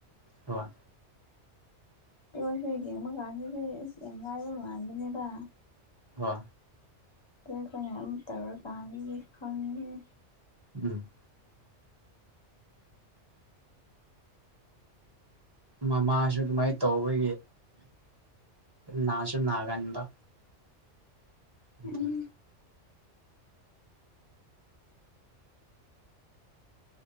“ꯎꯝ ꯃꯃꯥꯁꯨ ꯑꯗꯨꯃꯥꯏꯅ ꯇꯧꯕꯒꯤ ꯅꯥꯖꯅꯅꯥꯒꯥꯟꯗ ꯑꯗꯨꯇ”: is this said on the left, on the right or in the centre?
Right